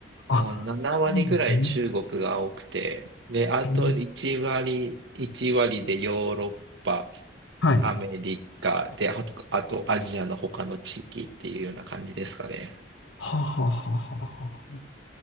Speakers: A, on the left; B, on the right.
A: あ、
B: もう7割ぐらい中国が多くて、
A: そうなんですね。
B: で、あと1割、
A: へえ
B: 1割でヨーロッパ、
A: はい。
B: アメリカで、あと、あとアジアの他の地域っていうような感じですかね。
A: はあはあはあはあは